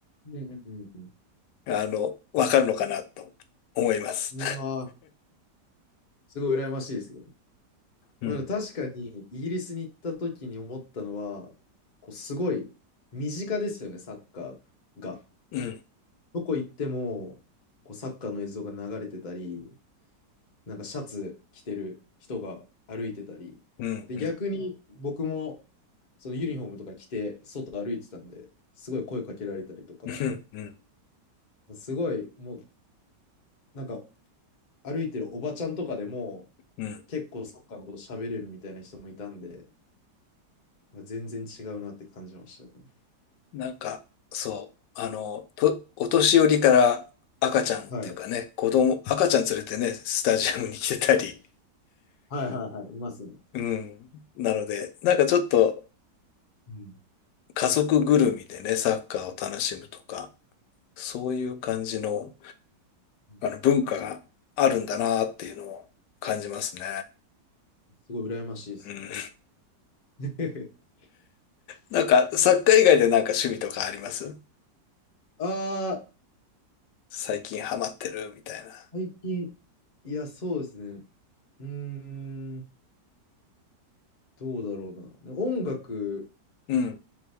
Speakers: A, on the left; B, on the left.
A: うんうんうんうん。
B: あの、わかるのかなと思います。
A: いやーすごい羨ましいですね。
B: <laughs> うん、
A: うん確かに、イギリスに行った時に思ったのは、こうすごい身近ですよね、サッカーが。
B: <laughs> うん、
A: どこ行っても、こうサッカーの映像が流れてたり、なんかシャツ着てる人が歩いてたり。
B: うん、
A: で、
B: うん、
A: 逆に僕もそのユニフォームとか着て外歩いてたんで、すごい声かけられたりとか、
B: うん、うん、
A: すごいもうなんか歩いてるおばちゃんとかでも
B: うん。
A: 結構サッカーのこと喋れるみたいな人もいたんで、なんか全然違うなって感じましたね。
B: なんか、そう、あの、と、お年寄りから赤ちゃんっていうかね、
A: はい。
B: 子供、赤ちゃん連れてね、スタジアムに来てたり、
A: はいはいはい。いますね。
B: うん。なので、なんかちょっと
A: うん。
B: 家族ぐるみでね、サッカーを楽しむとか、そういう感じの、
A: うん
B: あの文化があるんだなっていうのを感じますね。
A: すごい羨ましいですね。
B: うん。
A: <laughs>
B: なんかサッカー以外でなんか趣味とかあります
A: ああ、
B: 最近ハマってるみたいな。
A: 最近、いや、そうですね。うーん、どうだろうな。ね音楽
B: うん。